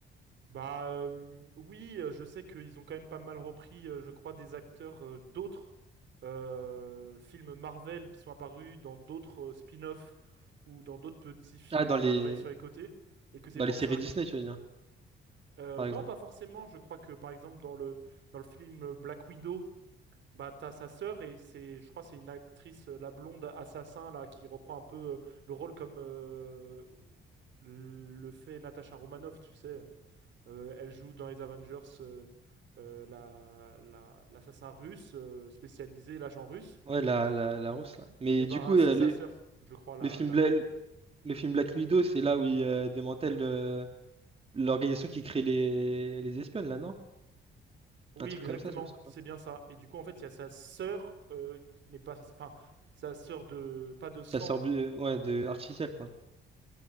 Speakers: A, on the right; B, on the right.
A: Bah euh, oui, euh, je sais qu'ils ont quand même pas mal repris, euh, je crois, des acteurs euh, d'autres euh, films Marvel qui sont apparus dans d'autres euh, spin-offs ou dans d'autres petits films
B: Ah, dans
A: Marvel
B: les
A: sur les côtés. Et que c'est
B: dans
A: pour
B: les séries
A: ça
B: Disney,
A: que...
B: tu veux dire,
A: euh,
B: par
A: non,
B: exemple.
A: pas forcément. Je crois que, par exemple, dans le, dans le film Black Widow, bah, t'as sa sœur et c'est, je crois, c'est une actrice, euh, la blonde assassin, là, qui reprend un peu euh, le rôle comme euh, le fait Natasha Romanoff, tu sais. Euh, elle joue dans les Avengers euh, euh, la, la- l'assassin russe euh, spécialisé, l'agent russe.
B: Ouais, la, la, la rousse là. Mais
A: Et ben,
B: du coup, euh,
A: c'est sa
B: le,
A: sœur, je crois, la,
B: le film
A: la...
B: Bla- le film Black Widow, c'est là où il euh, démantèle euh, l'organisation qui crée les les espionnes là, non?
A: Oui,
B: Un truc
A: exactement,
B: comme ça, si je me sens.
A: c'est bien ça. Et du coup, en fait, il y a sa sœur euh, qui n'est pas... Enfin, sa sœur de... Pas de sang,
B: Ça sort bu- ouais, de artificielle quoi.